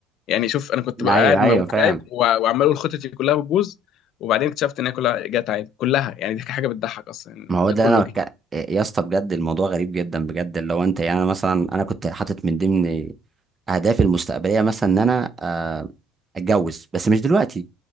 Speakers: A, on the left; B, on the right.
A: يعني شوف انا كنت بقى
B: ايوه
A: قاعد مكتئب
B: ايوه فاهم
A: وع- وعمال اقول خطتي كلها بتبوظ وبعدين اكتشفت ان هي كلها جت عادي كلها يعني دي حاجه بتضحك اصلا يعني
B: ما هو
A: ده
B: ده
A: كله
B: انا
A: جه
B: بك... يا اسطى بجد الموضوع غريب جدا بجد اللي هو انت يعني انا مثلا انا كنت حاطط من ضمن اهدافي المستقبليه مثلا ان انا آه، اتجوز بس مش دلوقتي